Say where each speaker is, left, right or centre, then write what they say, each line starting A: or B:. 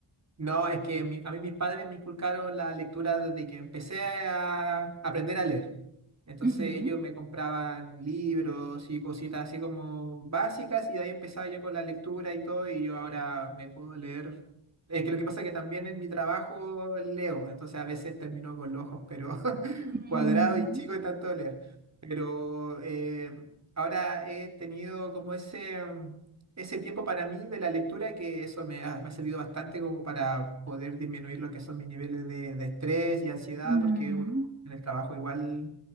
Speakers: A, on the right; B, on the right.
A: No, es que mi- a mí mis padres me inculcaron la lectura desde que empecé a aprender a leer. Entonces
B: Ujú.
A: ellos me compraban libros y cositas así como básicas y de ahí empezaba yo con la lectura y todo y yo ahora me puedo leer. Es que lo que pasa es que también en mi trabajo leo, entonces a veces termino con los ojos pero <laughs>
B: Ujú,
A: cuadrado y chico de tanto leer. Pero eh, ahora he tenido como ese ese tiempo para mí de la lectura, que eso me ha, me ha servido bastante como para poder disminuir lo que son mis niveles de, de estrés y ansiedad,
B: ujú.
A: porque uno en el trabajo igual